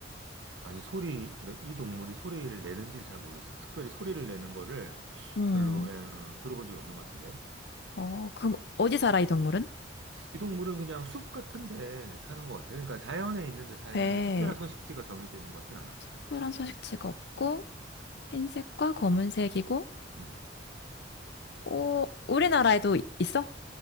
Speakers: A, on the right; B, on the left.
A: 아니, 소리, 이 동물이 소리를 내는지를 잘 모르겠어. 특별히 소리를 내는 거를
B: 음.
A: 별로 예, 어, 들어본 적이 없는 것 같은데.
B: 어, 그럼 어디 살아, 이 동물은?
A: 이 동물은 그냥 숲 같은 데 사는 것 같아. 그러니까 자연에 있는 데 살는데
B: 배에
A: 특별한 서식지가 정해져 있는 것 같진 않아.
B: 특별한 서식지가 없고, 흰색과 검은색이고,
A: 음.
B: 오, 우리나라에도 이- 있어?